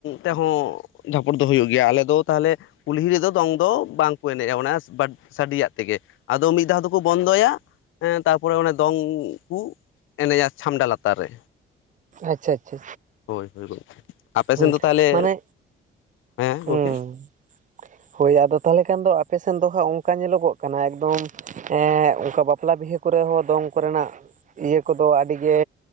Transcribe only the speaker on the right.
ᱟᱪᱪᱷᱟ ᱟᱪᱪᱷᱟ᱾
ᱦᱩᱸ
ᱢᱟᱱᱮ
ᱦᱩᱸ
ᱦᱳᱭ ᱟᱫᱚ ᱛᱟᱦᱚᱞᱮ ᱠᱷᱟᱱ ᱫᱚ ᱟᱯᱮ ᱥᱮᱱ ᱫᱚ ᱦᱟᱸᱜ ᱚᱝᱠᱟ ᱧᱮᱞᱚᱜᱚᱜ ᱠᱟᱱᱟ ᱮᱠᱫᱚᱢ, ᱮᱸᱻ ᱚᱝᱠᱟ ᱵᱟᱯᱞᱟ ᱵᱤᱦᱟᱹ ᱠᱚᱨᱮ ᱦᱚᱸ ᱫᱚᱝ ᱠᱚ ᱨᱮᱱᱟᱜ ᱤᱭᱟᱹ ᱠᱚᱫᱚ ᱟᱹᱰᱤ ᱜᱮ